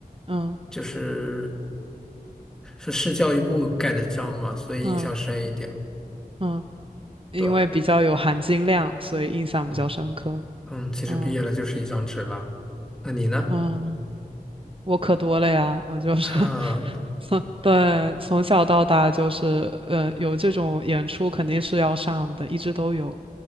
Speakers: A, on the right (about 35°); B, in the centre.
A: 嗯
B: 就是是市教育部盖的章嘛，所以印象深一点。
A: 嗯嗯嗯，因为比较有含金量，
B: 对，
A: 所以印象比较深刻。
B: 嗯嗯，其实毕业了就是一张纸了。
A: 嗯
B: 那你呢？
A: 嗯。我可多了呀，我就是
B: 啊，
A: <laughs> 从对从小到大就是呃有这种演出肯定是要上的，一直都有。